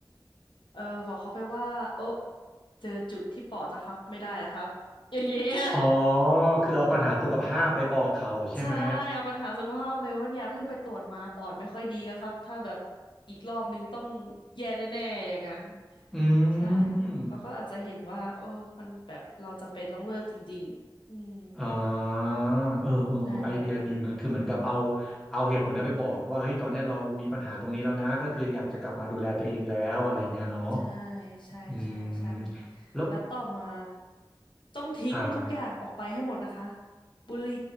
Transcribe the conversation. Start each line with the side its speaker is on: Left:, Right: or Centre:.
Left: เออบอกเขาไปว่าโอะเจอจุดที่ปอดนะครับไม่ได้นะครับอย่างเงี้ย
Centre: อ๋อคือเอาปัญหาสุขภาพไปบอกเขาใช่ไหม
Left: ใช่เอาปัญหาสุขภาพเลยว่าเนี่ยเพิ่งไปตรวจมาปอดไม่ค่อยดีแล้วครับถ้าแบบอีกรอบนึงต้องแย่แน่ๆอย่างนั้น
Centre: อื
Left: ใช่
Centre: ม
Left: เขาก็อาจจะเห็นว่าเออมันแบบเราจำเป็นต้องเลิกจริงๆอืม
Centre: อ่าเออเออไอเดียดีเหมันคือเหมือนกับเอา
Left: ใช่แล้ว
Centre: เอาเหตุผลเนี้ยไปบอกว่าเฮ้ยตอนเนี้ยเรามีปัญหาตรงนี้แล้วนะก็คืออยากจะกลับมาดูแลตัวเองแล้วอะไรเงี้ยเนาะ
Left: ใช่ใช่ใช่ใช่
Centre: อืมแล้ว
Left: แล้วต่อมาต้องทิ้งทุกอย่างออกไปให้หมดนะคะ
Centre: ครับ
Left: บุหรี่